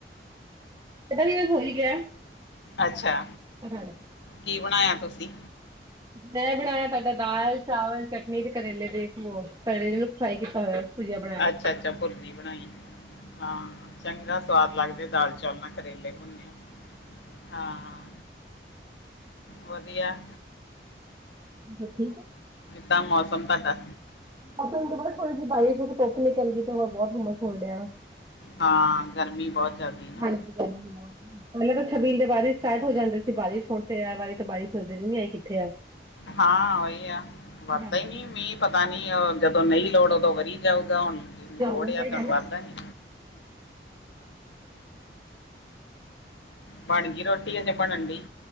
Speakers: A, on the right; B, on the left.
A: ਪਤਾ ਕਿਵੇ ਹੋ ਹੀ ਗਿਆ।
B: ਅੱਛਾ।
A: ਹਾਂਜੀ
B: ਕੀ ਬਣਾਇਆ ਤੁਸੀ?
A: ਮੈਂ ਬਣਾਇਆ, ਤੁਹਾਡਾ ਦਾਲ, ਚਾਵਲ, ਚਟਨੀ ਤੇ ਕਰੇਲੇ ਦੇ ਉਹ ਕਰੇਲੇ ਨੂੰ ਫਰਾਈ ਕੀਤਾ ਹੋਇਆ। ਭੁਜੀਆ ਬਣਾਇਆ।
B: ਅੱਛਾ-ਅੱਛਾ ਭੁਰਜੀ ਬਣਾਈ, ਹਾਂ ਚੰਗਾ ਸਵਾਦ ਲੱਗਦੇ, ਦਾਲ ਚ ਝੋਨਾ ਕਰੇਲੇ ਭੁੰਨੇ ਆ ਹਾਂ। ਵਧੀਆ।
A: ਤੂੰ ਠੀਕ ਏ।
B: ਤਾਂ ਮੌਸਮ ਤਾਡਾ,
A: ਮ ਪਤਾ ਥੋੜੀ ਜੀ ਬਿਸ਼ ਧੁੱਪ ਨਿਕਲ ਗਈ, ਤੇ ਹੋਰ ਬਹੁਤ ਘੁੰਮਸ ਹੋਣ ਡਿਆ ਆ।
B: ਹਾਂ ਗਰਮੀ ਬਹੁਤ ਜ਼ਿਆਦੀ ਨਾ
A: ਹਾਂਜੀ ਕਹਿੰਦੀ, ਪਹਿਲਾਂ ਤਾਂ ਛਬੀਲ ਦੇ ਬਾਰਿਸ਼ ਸਟਾਰਟ ਹੋ ਜਾਂਦੇ ਸੀ, ਬਾਰਿਸ਼ ਹੋਣ ਤੇ ਆ ਵਾਰੀ ਤਾਂ, ਬਾਰਿਸ਼ ਨਜ਼ਰ ਹੀ ਨਹੀਂ ਆਈ ਕਿੱਥੇ ਆ?
B: ਹਾਂ, ਉਹੀ ਆ ਵਰਦਾ
A: ਹਾਂਜੀ
B: ਹੀ ਨਹੀ, ਮੀਂਹ
A: ਹੋ
B: ਪਤਾ ਨੀ, ਜਦੋਂ ਨਹੀਂ ਲੋੜ ਉਦੋਂ ਵਰੀ ਜਾਊਗਾ, ਹੁਣ ਲੋੜ
A: ਗਈ
B: ਆ
A: ਸਹੀ
B: ਹੁਣ
A: ਗੱਲ
B: ਵਰਣ ਬਣਗੀ ਰੋਟੀ, ਅਜੇ ਬਣ ਡਈ